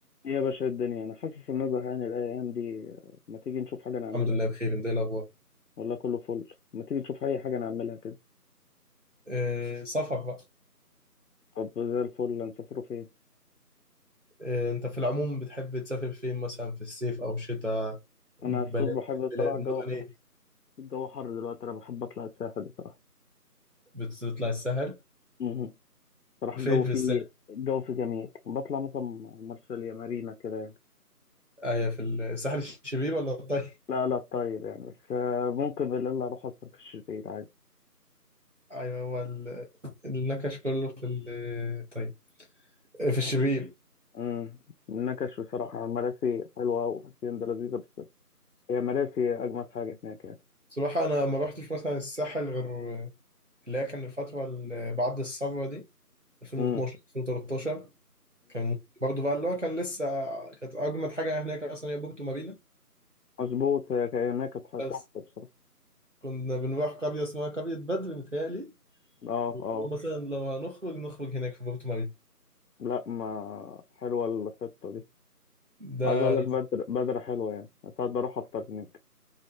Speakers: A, on the left (about 75°); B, on the right (about 50°).
A: إيه يا باشا الدنيا انا حاسس ان انا زهقان الايام دي ما تيجي نشوف حاجه نعملها
B: الحمد لله
A: كده
B: بخير انت ايه الاخبار
A: والله كله فل ما تيجي نشوف اي حاجه نعملها كده
B: آه، سفر بقى
A: طب زي الفل هنسافروا فين
B: آه، انت في العموم بتحب تسافر فين مثلا في الصيف او الشتاء
A: انا
B: بلاد
A: الصيف بحب الصراحه
B: بلاد
A: الجو
B: مدن
A: حر
B: ايه
A: الجو حر دلوقتي انا بحب اطلع الساحل بصراحه
B: بتطلع الساحل
A: مهم. صراحه
B: فين
A: الجو
B: في
A: فيه
B: الساحل
A: الجو فيه جميل بطلع مثلا مرسى مارينا كده يعني
B: ايوه في الساحل الشبيب ولا الطيب
A: لا لا طيب يعني بس آه، ممكن بالليل اروح اسهر في الشتيل عادي
B: ايوه هو ال- النكش كله في الطيب آه، في الشبيب
A: امم نكش بصراحه مراسي حلوه وحسين ده لذيذه بس هي مراسي اجمد حاجه هناك يعني
B: صراحة انا ما رحتش مثلا الساحل غير اللي هي كان الفترة اللي بعد الثورة دي 2012
A: امم
B: 2013 كان برضه بقى اللي هو كان لسه كانت اجمد حاجة هناك مثلا هي بورتو مارينا
A: مظبوط هي هي كانت
B: بس
A: تحفة بصراحة
B: كنا بنروح قرية اسمها قرية بدر متهيألي
A: اه
B: واللي
A: اه
B: هو مثلا لو هنخرج نخرج هناك في بورتو ماري
A: لا ما حلوة الخطة دي
B: ده
A: عايز اقول لك بدر بدر حلوة يعني ساعات بروح افطر هناك